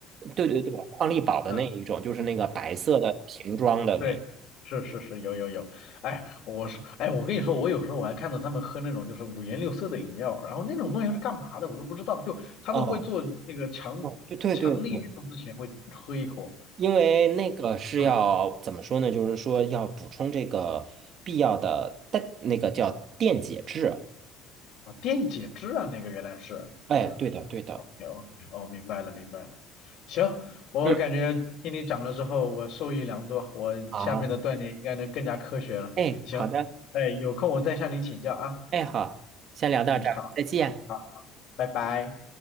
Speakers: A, on the right (about 40°); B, on the left (about 55°).
A: 对对对，矿力宝的那一种，
B: <laughs> 嗯
A: 就是那个白色的瓶装的那。
B: 对，是是是，有有有，哎，我说，哎，我跟你说，我有时候我还看到他们喝那种就是五颜六色的饮料，然后那种东西是干嘛的，我都不知道，就他们会做那个强强力运动之前会喝一口，
A: 哦，哦，对对对对，因为那个是要怎么说呢？
B: 嗯，
A: 就是说要补充这个必要的电，那个叫电解质。
B: 啊，电解质啊，那个原来是
A: 哎，对的对的，
B: ，OK OK，哦，明白了明白了，行，我感觉听你讲了之后，
A: 嗯，
B: 我受益良多，我下面的锻炼应该能更加科学了，
A: 好，哎，
B: 行，
A: 好的，
B: 哎，有空我再向你请教啊，
A: 哎，好，先聊到这儿，
B: 嗯，好
A: 再见。
B: 好，拜拜。